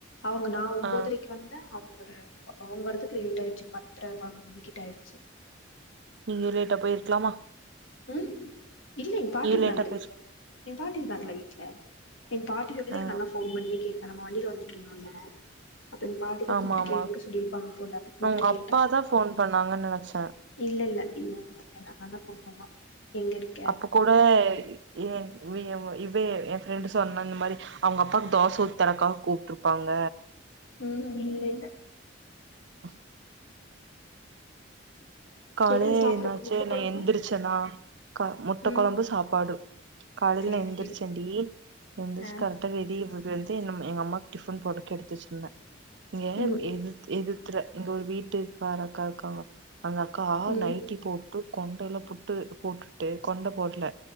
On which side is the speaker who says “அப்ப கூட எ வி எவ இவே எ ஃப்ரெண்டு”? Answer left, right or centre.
Right